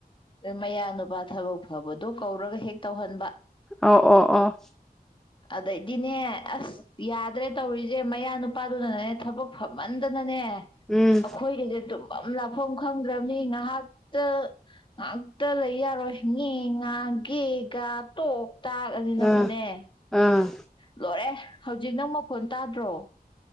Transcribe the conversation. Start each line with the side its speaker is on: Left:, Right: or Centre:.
Left: ꯃꯌꯥ ꯅꯨꯄꯥ ꯊꯕꯛ ꯐꯕꯗꯣ ꯀꯧꯔꯒ ꯍꯦꯛ ꯇꯧꯍꯟꯕ
Centre: ꯑ ꯑꯣ ꯑꯣ
Left: ꯑꯗꯗꯤꯅꯦ ꯑꯁ ꯌꯥꯗ꯭ꯔꯦ ꯇꯧꯔꯤꯁꯦ ꯃꯌꯥ ꯅꯨꯄꯥꯗꯨꯅꯅꯦ ꯊꯕꯛ ꯐꯝꯃꯟꯗꯅꯅꯦ
Centre: ꯎꯝ
Left: ꯑꯩꯈꯣꯏꯒꯁꯦ ꯇꯨꯝꯕꯝ ꯂꯥꯛꯐꯝ ꯃꯐꯝ ꯈꯪꯗ꯭ꯔꯕꯅꯤ ꯉꯥꯏꯍꯥꯛꯇ ꯉꯥꯛꯇ ꯂꯩ ꯌꯥꯔꯣꯏ ꯉꯦꯉꯥ ꯒꯦꯒꯥ ꯇꯣꯛ ꯇꯥꯛ ꯑꯁꯤꯅꯕꯨꯅꯦ
Centre: ꯑꯥ ꯑꯥ
Left: ꯂꯣꯏꯔꯦ ꯍꯧꯖꯤꯛ ꯅꯪ ꯃꯈꯣꯟ ꯇꯥꯗ꯭ꯔꯣ